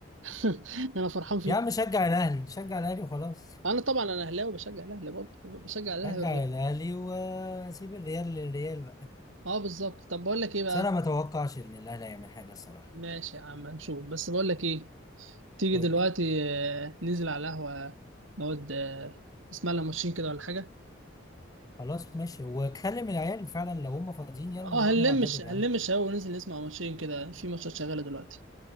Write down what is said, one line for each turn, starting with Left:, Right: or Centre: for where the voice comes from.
Right: <laughs> انا فرحان فيك
Left: يا عم شجع الاهلي شجع الاهلي وخلاص
Right: انا طبعا انا اهلاوي بشجع الاهلي برضه بشجع الاهلي
Left: شجع
Right: والريال
Left: الاهلي وسيب الريال للريال بقى
Right: اه بالظبط طب بقول لك ايه بقى
Left: بس انا ما اتوقعش ان الاهلي هيعمل حاجه الصراحه
Right: ماشي يا عم هنشوف بس بقول لك ايه تيجي
Left: قول
Right: دلوقتي
Left: لي
Right: آه، ننزل على القهوة نقعد آه، نسمع لنا ماتشين كده ولا حاجة
Left: خلاص ماشي وكلم العيال فعلا لو هم فاضيين يلا
Right: اه
Left: نروح
Right: هنلم
Left: نلعب بدل
Right: الش- هنلم
Left: يا عم
Right: الشباب وننزل نسمع ماتشين كده في ماتشات شغالة دلوقتي